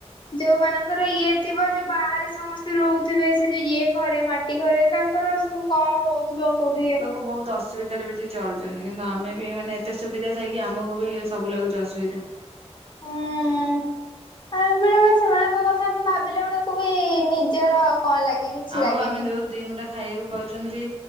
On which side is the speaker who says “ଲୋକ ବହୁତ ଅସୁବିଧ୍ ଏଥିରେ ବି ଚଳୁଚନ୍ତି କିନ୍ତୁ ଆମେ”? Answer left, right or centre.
Right